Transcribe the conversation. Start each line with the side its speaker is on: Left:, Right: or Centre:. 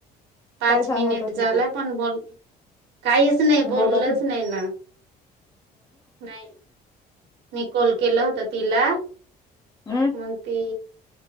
Right: पाच
Left: काय सांगत
Right: मिनिट
Left: होती
Right: झाला पण बोल काहीच नाही बोललंच
Left: बोला
Right: नाही ना नाही मी कॉल केल होत तिला
Left: हम्म
Right: मग ती